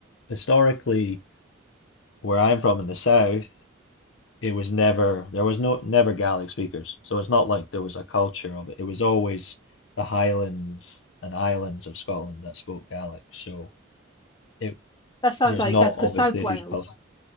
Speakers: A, on the left; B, on the left.
A: historically where I'm from in the south, it was never there was no never Gaelic speakers. So it's not like there was a culture of it. It was always the Highlands and Islands of Scotland that spoke Gaelic. So it
B: that sounds
A: there's
B: like
A: not
B: us because
A: obviously
B: South
A: a
B: Wales.
A: huge culture.